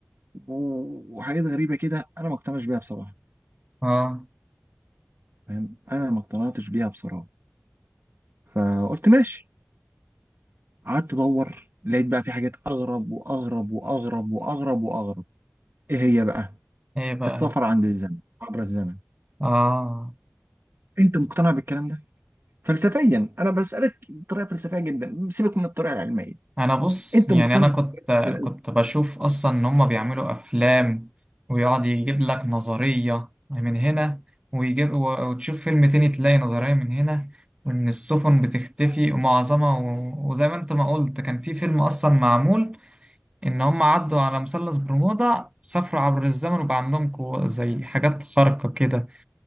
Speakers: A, on the right; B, on the right.
A: و- وحاجات غريبه كده انا ما اقتنعش بيها بصراحه
B: اه
A: فاهم انا ما اقتنعتش بيها بصراحه فقلت ماشي قعدت ادور لقيت بقى في حاجات اغرب واغرب واغرب واغرب واغرب ايه هي بقى
B: ايه بقى
A: السفر عند الزمن عبر الزمن
B: اه
A: انت مقتنع بالكلام ده فلسفيا انا بسالك بطريقه فلسفيه جدا سيبك من الطريقه العلميه
B: انا بص
A: انت
B: يعني
A: مقتنع
B: انا كنت
A: بالكلام
B: آه، كنت
A: ده؟
B: بشوف اصلا ان هم بيعملوا افلام ويقعد يجيب لك نظرية من هنا ويجيب و- وتشوف فيلم تاني تلاقي نظرية من هنا وان السفن بتختفي ومعظمها و- وزي ما انت ما قلت كان في فيلم اصلا معمول ان هم عدوا على مثلث برمودا سافروا عبر الزمن وبقى عندهم قوة زي حاجات خارقة كده